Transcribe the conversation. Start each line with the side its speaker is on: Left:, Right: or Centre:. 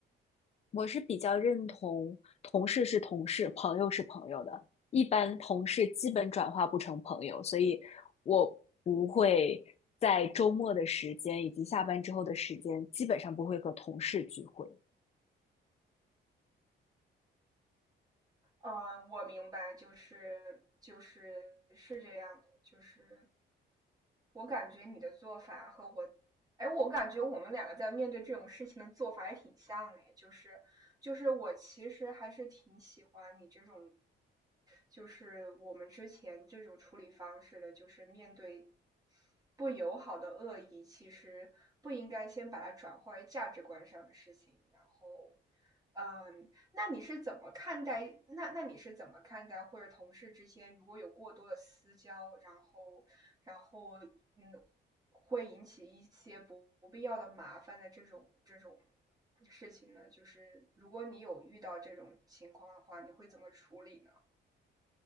Left: 我是比较认同同事是同事，朋友是朋友的。一般同事基本转化不成朋友，所以我不会在周末的时间以及下班之后的时间，基本上不会和同事聚会。
Right: 嗯，我明白，就是就是是这样的，就是我感觉你的做法和我，哎，我感觉我们两个在面对这种事情的做法也挺像哎，就是就是我其实还是挺喜欢你这种，就是我们之前这种处理方式的，就是面对不友好的恶意，其实不应该先把它转化为价值观上的事情，然后。嗯，那你是怎么看待？那那你是怎么看待，或者同事之间如果有过多的私交，然后然后嗯，会引起一些不必要的麻烦的这种这种事情呢？就是如果你有遇到这种情况的话，你会怎么处理呢？